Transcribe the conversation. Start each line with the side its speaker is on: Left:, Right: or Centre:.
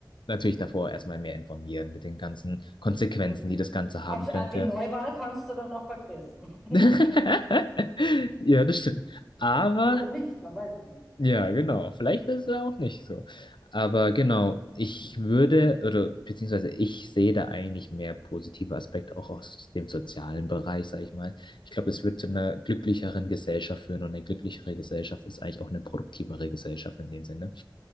Left: natürlich davor erstmal mehr informieren mit den ganzen Konsequenzen,
Centre: Mhm.
Left: die das Ganze haben
Centre: Auf, äh,
Left: könnte.
Centre: die Neuwahl kannst du dann noch vergessen. <laughs>
Left: <laughs> Ja, das stimmt. Aber
Centre: Oder nicht, man weiß es nicht.
Left: Ja, genau. Vielleicht ist es ja auch nicht so. Aber genau, ich würde, oder beziehungsweise ich sehe da eigentlich mehr positive Aspekte auch aus dem sozialen Bereich, sage ich mal. Ich glaube, das wird zu einer glücklicheren Gesellschaft führen und eine glücklichere Gesellschaft ist eigentlich auch eine produktivere Gesellschaft in dem Sinne.